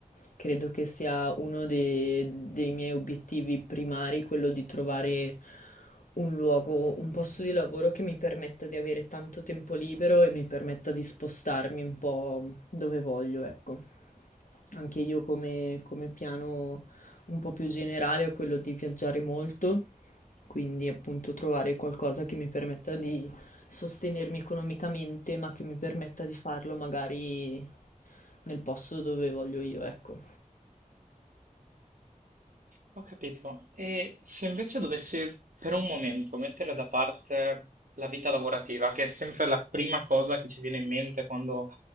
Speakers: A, on the left; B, on the right.
A: credo che sia uno de- dei miei obiettivi primari, quello di trovare un luogo, un posto di lavoro che mi permetta di avere tanto tempo libero e mi permetta di spostarmi un po' dove voglio, ecco. Anche io come, come piano un po' più generale ho quello di viaggiare molto, quindi appunto trovare qualcosa che mi permetta di sostenermi economicamente, ma che mi permetta di farlo magari nel posto dove voglio io, ecco.
B: Ho capito. E se invece dovessi per un momento mettere da parte la vita lavorativa, che è sempre la prima cosa che ci viene in mente quando